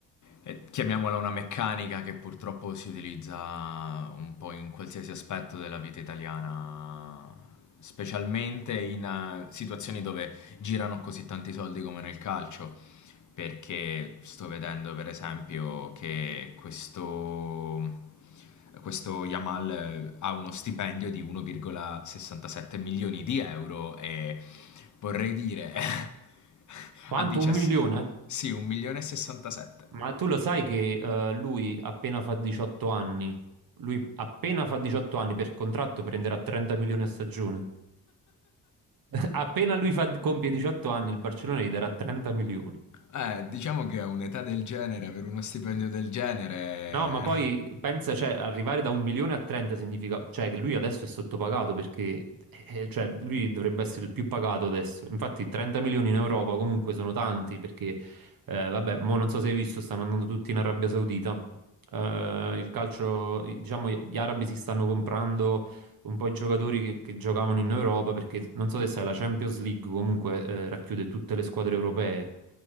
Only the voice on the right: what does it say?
Quanto?
Un milione?
Ma tu lo sai che eh, lui appena fa 18 anni, lui appena fa 18 anni per contratto prenderà 30 milioni a stagione? Appena lui fa- compie 18 anni, il Barcellona gli darà 30 milioni.
No, ma poi pensa, cioè, arrivare da un milione a 30 significa, cioè, che lui adesso è sottopagato perché, eh, eh, cioè, lui dovrebbe essere il più pagato adesso. Infatti, 30 milioni in Europa comunque sono tanti perché, eh, vabbè, mo non so se hai visto, stanno andando tutti in Arabia Saudita. Eh, il calcio, diciamo, gli arabi si stanno comprando un po' i giocatori che, che giocavano in Europa, perché non so se sai, la Champions League comunque eh, racchiude tutte le squadre europee